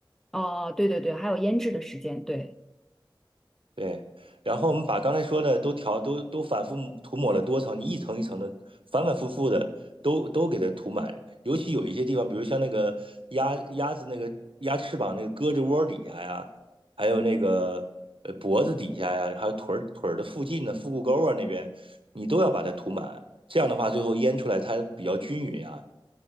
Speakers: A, in the centre; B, on the right.
A: 哦，对对对，还有腌制的时间，对，
B: 对，然后我们把刚才说的都调都都反复涂抹了多层，你一层一层的反反复复的都都给它涂满，尤其有一些地方，比如像那个鸭鸭子那个鸭翅膀那个胳肢窝底下呀，还有那个呃脖子底下呀，还有腿儿腿儿的附近的腹股沟啊那边，你都要把它涂满，这样的话最后腌出来它比较均匀啊，